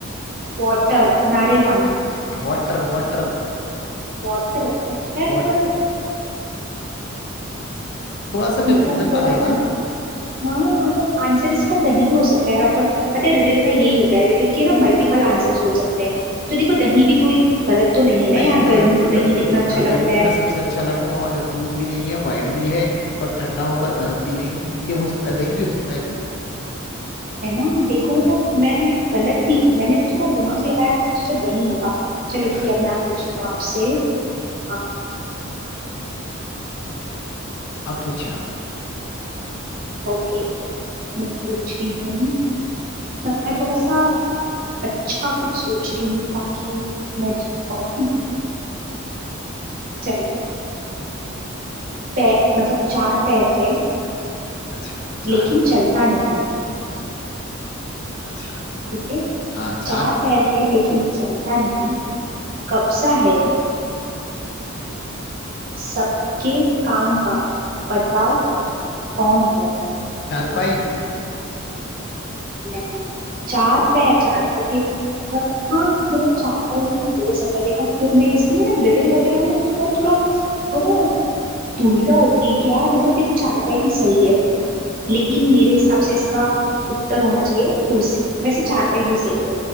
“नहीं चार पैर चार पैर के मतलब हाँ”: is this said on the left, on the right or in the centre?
Right